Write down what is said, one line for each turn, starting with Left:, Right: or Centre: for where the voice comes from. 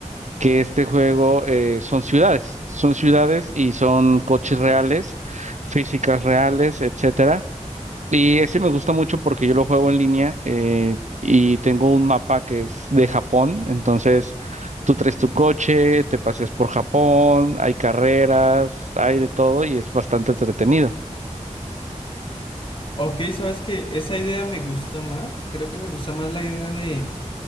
Right: que este juego eh, son ciudades, son ciudades y son coches reales, físicas reales, etcétera y ese me gusta mucho porque yo lo juego en línea eh, y tengo un mapa que es de Japón. Entonces, tú traes tu coche, te paseas por Japón, hay carreras, hay de todo y es bastante entretenido.
Left: Ok, sabes que esa idea me gusta más. Creo que me gusta más la idea de